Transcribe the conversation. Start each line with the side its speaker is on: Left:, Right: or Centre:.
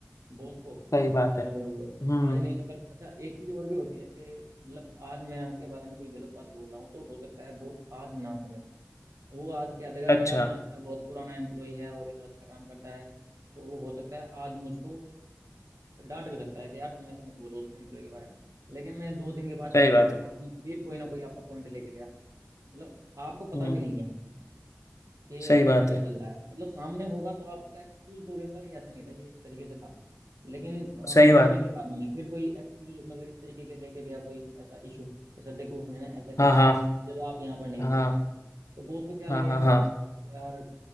Right: बॉस को
Left: सही बात
Right: और
Left: है हम्म
Right: आज नहीं तो कल अच्छा एक चीज और भी होती है कि मतलब आज मैं आपके बारे में कोई गलत बात बोल रहा हूँ तो हो सकता है बॉस आज ना सुने वो आज कह देगा
Left: अच्छा
Right: कि यार ये तो मेरा बहुत पुराना एम्प्लॉय है और ये तो अच्छा काम करता है तो वो हो सकता है आज मुझको डांट भी सकता है कि यार तुम ऐसे मत बोलो उस एम्प्लॉय के बारे में लेकिन मैं दो दिन के बाद
Left: सही
Right: चार
Left: बात
Right: दिन के
Left: है
Right: बाद में फिर कोई ना कोई आपका पॉइंट लेके गया मतलब आपको पता
Left: हम्म
Right: भी नहीं है कि
Left: सही
Right: पीछे
Left: बात
Right: क्या
Left: है
Right: चल रहा है मतलब सामने होगा तो आप उसका एक्सक्यूज दोगे सर ये ऐसा नहीं था ये इस तरीके से था लेकिन अ,
Left: सही बात
Right: दो दिन के बाद में फिर कोई एक्सक्यूज मतलब इस तरीके के लेके गया कोई ऐसा इशू कि सर देखो उसने ना ऐसा किया
Left: हाँ हाँ
Right: है जब आप यहाँ पर नहीं
Left: हाँ
Right: थे तो वो उसको क्या लगेगा
Left: हाँ हाँ हाँ
Right: यार